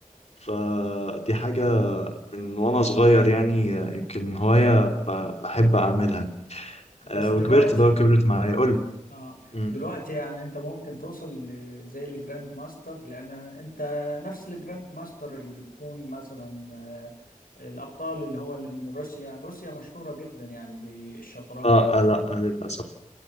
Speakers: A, on the left; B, on the left.
A: فدي حاجه من وانا صغير يعني آه، يمكن هوايه ب- بحب اعملها
B: بس
A: آه، وكبرت
B: دلوقتي
A: بقى وكبرت معايا قول لي
B: اه
A: مم.
B: دلوقتي يعني انت ممكن توصل ل- زي الجراند ماستر لان انت نفس الجراند ماستر اللي بتكون مثلا آه، الابطال اللي هو اللي من روسيا روسيا مشهورة جدا يعني بالشطرنج
A: اه آه، لا آه، للاسف